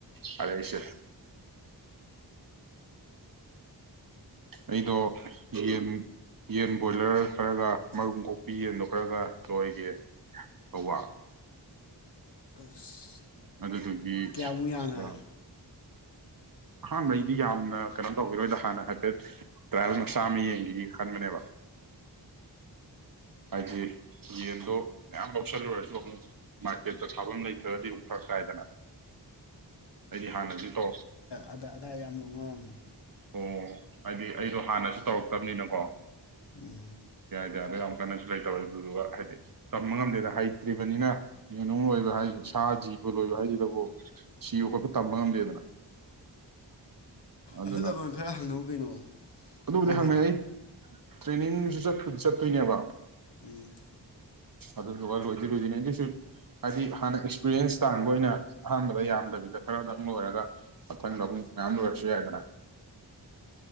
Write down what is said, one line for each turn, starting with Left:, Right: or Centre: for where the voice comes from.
Right: ꯍꯥꯏꯔꯛꯏꯁꯦ ꯑꯩꯗꯣ ꯌꯦꯟ ꯌꯦꯟ ꯕꯣꯏꯂꯔ ꯈꯔꯒ ꯃꯔꯨꯝ ꯀꯣꯛꯄꯤ ꯌꯦꯟꯗꯣ ꯈꯔꯒ ꯂꯣꯏꯒꯦ ꯇꯧꯕ
Left: ꯑꯁ
Right: ꯑꯗꯨꯗꯨꯒꯤ
Left: ꯀꯌꯥꯃꯨꯛ ꯌꯥꯝꯅ
Right: ꯑ ꯑꯍꯥꯟꯕꯩꯗꯤ ꯌꯥꯝꯅ ꯀꯩꯅꯣ ꯇꯧꯈꯤꯔꯣꯏꯗ ꯍꯥꯟꯅ ꯍꯥꯏꯐꯦꯠ ꯇ꯭ꯔꯥꯏꯌꯦꯜ ꯃꯆꯥ ꯑꯃ ꯌꯦꯡꯈꯤꯒꯦ ꯈꯟꯕꯅꯦꯕ ꯍꯥꯏꯗꯤ ꯌꯦꯟꯗꯣ ꯃꯌꯥꯝ ꯂꯧꯁꯜꯂꯨꯔꯁꯨ ꯑꯃꯨꯛ ꯃꯥꯔꯀꯦꯠꯇ ꯊꯥꯐꯝ ꯂꯩꯇ꯭ꯔꯒꯗꯤ ꯑꯃꯨꯛ ꯐꯔꯛ ꯇꯥꯏꯗꯅ ꯑꯩꯗꯤ ꯍꯥꯟꯅꯗꯤ ꯀꯣ
Left: ꯑꯗ ꯑꯗꯥꯏ ꯌꯥꯝꯅ ꯂꯧꯅꯔꯝꯅꯤ
Right: ꯑꯣ ꯍꯥꯏꯗꯤ ꯑꯩꯗꯣ ꯍꯥꯟꯅꯁꯨ ꯇꯧꯔꯛꯇꯕꯅꯤꯅꯀꯣ
Left: ꯎꯝ
Right: ꯄꯩꯌꯥꯗꯣ ꯌꯥꯝ ꯀꯟꯅꯁꯨ ꯂꯩꯇꯕ ꯑꯗꯨꯗꯨꯒ ꯍꯥꯏꯗꯤ ꯇꯝꯕ ꯉꯝꯗꯦꯗꯅ ꯍꯩꯇ꯭ꯔꯤꯕꯅꯤꯅ ꯌꯦꯅꯨꯡ ꯂꯣꯏꯕ ꯍꯥꯏꯁꯤ ꯁꯥ ꯖꯤꯕ ꯂꯣꯏꯕ ꯍꯥꯏꯁꯤꯗꯕꯨ ꯁꯤꯕ ꯈꯣꯠꯄ ꯇꯝꯕ ꯉꯝꯗꯦꯗꯅ ꯑꯗꯨꯅ
Left: ꯑꯍꯜ ꯂꯃꯟ ꯈꯔ ꯍꯪꯅꯧ ꯀꯩꯅꯣ
Right: ꯑꯗꯨꯕꯨꯗꯤ
Left: ꯑꯈꯪ
Right: ꯍꯪꯅꯩ
Left: ꯑꯍꯩ
Right: ꯑꯩ ꯇ꯭ꯔꯦꯅꯤꯡꯁꯨ ꯆꯠꯄꯨꯗꯤ ꯆꯠꯇꯣꯏꯅꯦꯕ
Left: ꯎꯝ
Right: ꯑꯗꯨꯗꯨꯒ ꯂꯣꯏꯗꯤ ꯂꯣꯏꯗꯣꯏꯅꯦ ꯑꯩꯒꯤꯁꯨ ꯍꯥꯏꯗꯤ ꯍꯟꯅ ꯑꯦꯛꯁꯄꯤꯔꯤꯌꯦꯟꯁ ꯇꯥꯟꯕ ꯑꯣꯏꯅ ꯑꯍꯥꯟꯕꯗ ꯌꯥꯝꯗꯕꯤꯗ ꯈꯔꯗꯪ ꯂꯣꯏꯔꯒ ꯃꯊꯪꯗ ꯑꯃꯨꯛ ꯃꯌꯥꯝ ꯂꯣꯏꯔ ꯌꯥꯏꯗꯅ꯫